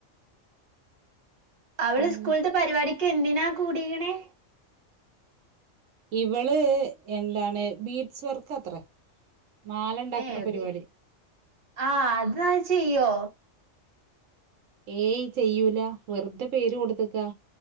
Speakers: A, on the right; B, on the right.
A: അവള്
B: പിന്നെ
A: സ്കൂളത്തെ പരിപാടിക്ക് എന്തിനാ കൂടിക്കണെ
B: ഇവള് എന്താണ് ബീറ്റ്സ് വർക്ക് അത്രേ മാല ഇണ്ടാക്കണ
A: ഏഹ്
B: പരിപാടി
A: ബി ആഹ് അത് ചെയ്യോ
B: ഏയ് ചെയ്യൂല വെറുതെ പേര് കൊടുത്തക്കാ